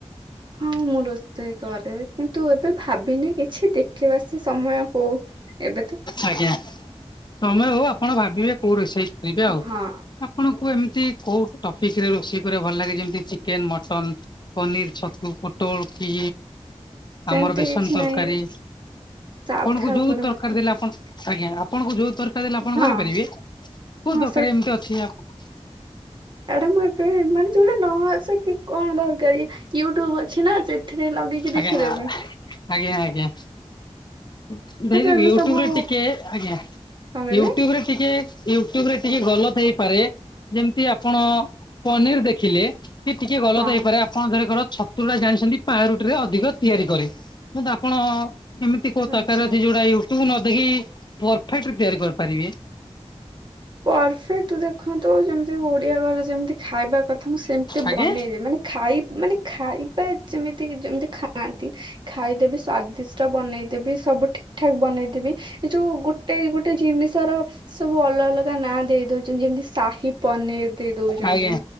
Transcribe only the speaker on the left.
ଆଜ୍ଞା ସମୟ ହଉ ଆପଣ ଭାବିବେ କୋଉ ରୋଷେଇ କରିବେ ଆଉ।
ଆପଣଙ୍କୁ ଏମିତି କୋଉ ଟପିକ୍ ରେ ରୋଷେଇ କରିବାକୁ ଭଲ ଲାଗେ। ଯେମିତି ଚିକେନ, ମଟନ ପନିର ଛତୁ ପୋଟଳ କି
ଆମର ବେସନ
ତରକାରି।
ଆପଣଙ୍କୁ ଯୋଉ
ତରକାରୀ
ଦେଲେ ଆପଣ ଆଜ୍ଞା ଆପଣଙ୍କୁ ଯୋଉ ତରକାରୀ ଦେଲେ ଆପଣ
କରିପାରିବେ? କୋଉ
ତରକାରୀ ଏମିତି ଅଛି ଆପ୍
ଆଜ୍ଞା
ଆଜ୍ଞା ଆଜ୍ଞା। <unintelligible>
ବି ୟୁଟ୍ୟୁବରେ
ଟିକେ ଆଜ୍ଞା
ୟୁଟ୍ୟୁବରେ ଟିକେ ୟୁଟ୍ୟୁବରେ ଟିକେ ଗଲତ୍ ହେଇପାରେ। ଯେମିତି ଆପଣ ପନିର ଦେଖିଲେ ସେଏ ଟିକେ ଗଲତ
ହେଇପାରେ ଆପଣ ଧରକର ଛୁଟୁ ଟା ଜାଣିଛନ୍ତି ପାାରୁଟି ରେ ଅଧିକ ତିଆରି କରେ ବୁ ଆପଣ ଏମିତି କୋଉ ତରକାର
ଅଛି ଯୋଉଟାକି ତୁ ନଦଖି ପରଫେକ୍ଟ ତିଆରି କରିପାରିବେ।
ଆଜ୍ଞା
ଆଜ୍ଞା